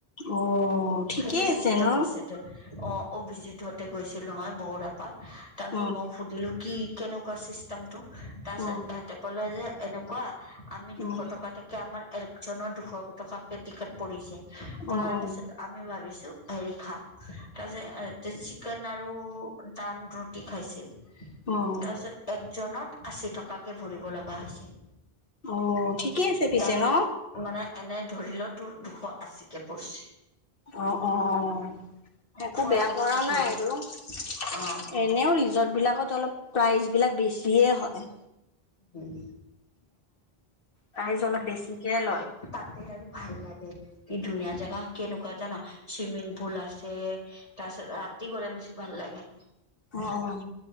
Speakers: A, on the left; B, on the left.
A: অ' ঠিকেই
B: সেইটো
A: আছে
B: চিষ্টেম
A: ন
B: অ' অভিজিত হতে গৈছিল নহয় বৰুৰাৰ পৰা তাৰ পিছত
A: উম,
B: মই সুধিলো কি কেনেকা চিষ্টেমটো তাৰপিছত
A: উম,
B: এহতে ক'লে যে এনেকুৱা আমি দুশ
A: উম,
B: টকাতে আমাৰ একজনৰ দুশ টকাকে টিকেট পৰিছে পৰাৰ
A: উম, উম,
B: পিছত আমি ভাবিছো হেৰি খাওঁ তাৰপিছত চিকেন আৰু নান ৰুটি খাইছিল তাৰপিছত
A: উম,
B: এক জনত আশী টকাকে ভৰিব লগা হৈছে।
A: অ' ঠিকেই আছে পিছে
B: তাৰপিছত
A: ন
B: মানে এনে ধৰি ল তোৰ দুশ আশী কে পৰিছে
A: অ' অ' একো
B: খোৱাৰ
A: বেয়া
B: বস্তুক
A: কৰা নাই
B: লৈ
A: আৰু এনেও
B: অ
A: ৰিজৰ্ট বিলাকত অলপ প্ৰাইজ বিলাক বেছিয়ে হয়।
B: উম <inaudible>
A: প্ৰাইজ অলপ বেছিকে লয়।
B: তাতে আৰু ভাল লাগে কি ধুনীয়া জেগা কেনেকুৱা জান চুইমিং পুল আছে তাৰপিছত ৰাতি গলে বেছি ভাল লাগে।
A: অ'